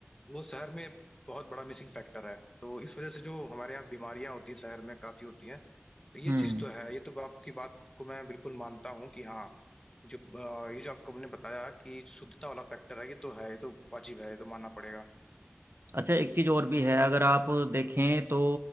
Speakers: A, on the left (about 20°); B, on the right (about 60°).
A: वो शहर में बहुत बड़ा मिसिंग फैक्टर है तो इस वजह से जो हमारे यहाँ बीमारियां होती हैं शहर में काफी होती हैं ये
B: हम्म
A: चीज तो है ये तो आपकी बात को मैं बिल्कुल मानता हूँ कि हाँ जो अ, ये जो आपको आपने बताया कि शुद्धता वाला फैक्टर है ये तो है ये तो वाजिब है ये तो मानना पड़ेगा
B: अच्छा एक चीज़ और भी है अगर आप देखें तो